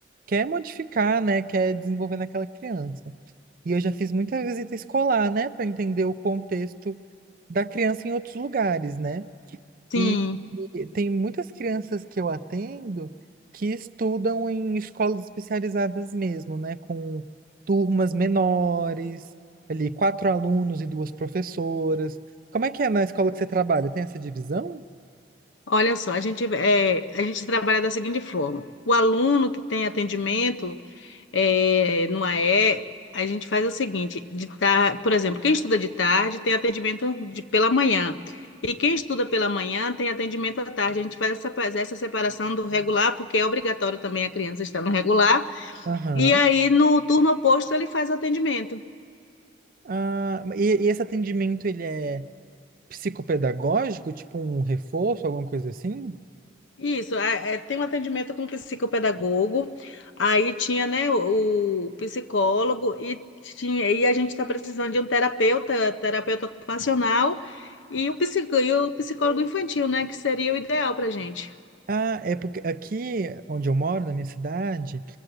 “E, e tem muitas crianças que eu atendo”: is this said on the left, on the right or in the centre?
Right